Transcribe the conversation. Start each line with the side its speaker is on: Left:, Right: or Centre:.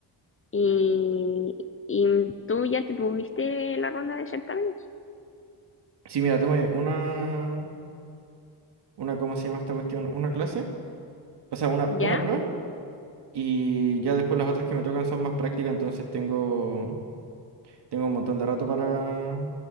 Left: Y, y tú ya te tuviste la ronda de certámenes.
Right: Sí, mira, tengo una, una, ¿cómo se llama esta cuestión? Una clase, o sea, una,
Left: ¿Ya?
Right: una prueba. Y ya después las otras que me tocan son más prácticas, entonces tengo, tengo un montón de rato para,